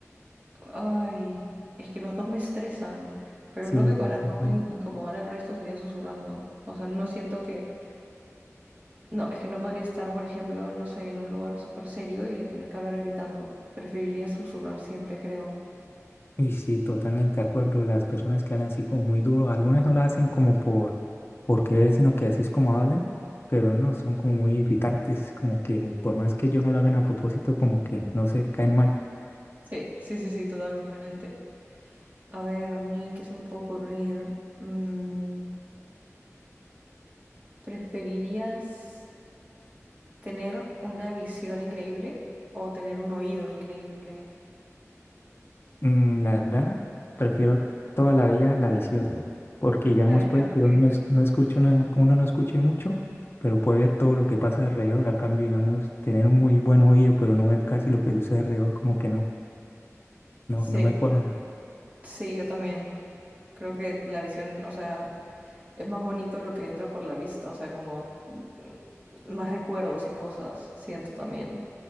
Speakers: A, on the right; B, on the left.
A: Ay, es que los dos me estresan, pero
B: Sí,
A: creo que para no
B: ujú.
A: in- incomodar al resto sería susurrando. O sea, no siento que... No, es que no podría estar, por ejemplo, no sé, en un lugar súper serio y a tener que hablar gritando. Preferiría susurrar siempre, creo.
B: y sí, totalmente de acuerdo. Las personas que hablan así como muy duro, algunas no lo hacen como por, por querer, sino que así es como hablan, pero no, son como muy irritantes, como que por más que yo no lo hagan a propósito, como que no se caen mal.
A: Sí, sí, sí, sí, totalmente. A ver, a mí, ¿qué se me puede ocurrir? Mm, ¿preferirías tener una visión increíble o tener un oído increíble?
B: Mm, La verdad, prefiero toda la vida la visión, porque digamos,
A: La visión,
B: pues,
A: ok.
B: yo no, es- no escucho una- uno no escuche mucho, pero puede ver todo lo que pasa alrededor. A cambio, digamos, tener un muy buen oído, pero no ver casi lo que sucede alrededor, como que no, no,
A: Sí,
B: no me cuadra.
A: sí, yo también. Creo que la visión, o sea, es más bonito lo que entra por la vista, o sea, como mm, más recuerdos y cosas, siento también.